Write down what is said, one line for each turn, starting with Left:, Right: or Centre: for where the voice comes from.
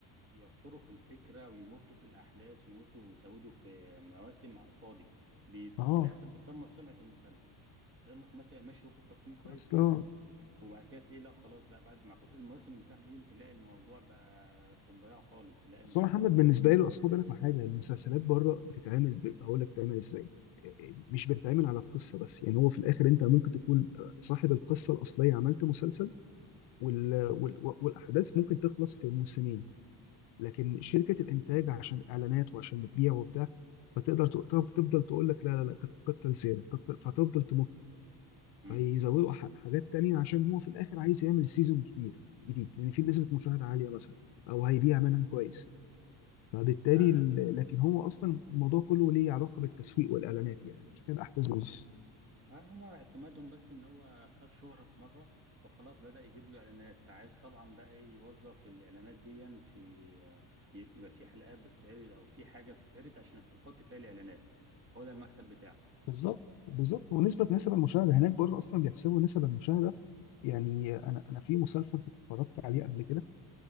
Right: يعصروا في الفكرة ويمطوا في الأحداث ويمطوا ويزودوا في مواسم على الفاضي بي...
Left: اه
Right: في الآخر بتدمر سمعة المسلسل المسلسل مثلا ماشي واخد تقييم كويس
Left: اصلا
Right: جدا وبعد كده تلاقيه لا خلاص بقى بعد مع كتر المواسم بتاعته دي تلاقي الموضوع بقى في الضياع خالص تلاقي المسلسل
Left: اصل هو محمد بالنسبه له اصل خد بالك من حاجه المسلسلات بره بتتعمل ب- بقول لك بتتعمل ازاي آه، آه، مش بتتعمل على القصه بس يعني هو في الاخر انت ممكن تكون آه، صاحب القصه الاصليه عملت مسلسل وال... وال... والاحداث ممكن تخلص في موسمين لكن شركه الانتاج عشان اعلانات وعشان بتبيع وبتاع فتقدر تق- تفضل تقول لك لا لا لا كت- كتر زياده كتر فهتفضل تمط
Right: مم.
Left: فيزودوا ح- حاجات تانية عشان هو في الاخر عايز يعمل سيزون كتير جديد لان في نسبه مشاهده عاليه مثلا او هيبيع منها كويس فبالتالي
Right: أيوة.
Left: ال- لكن هو اصلا الموضوع كله ليه علاقه بالتسويق والاعلانات يعني عشان كده الاحداث بتبوظ
Right: هاي هما اعتمادهم بس ان هو خد شهرة في مرة فخلاص بدأ يجيب له اعلانات فعايز طبعا بقى إيه يوظف الاعلانات دي في آه، يبقى في حلقات بتتعرض او في حاجة بتتعرض عشان يحط فيها الاعلانات هو ده المكسب بتاعه
Left: بالظبط بالظبط ونسبه نسب المشاهده هناك بره اصلا بيحسبوا نسب المشاهده يعني انا انا في مسلسل كنت اتفرجت عليه قبل كده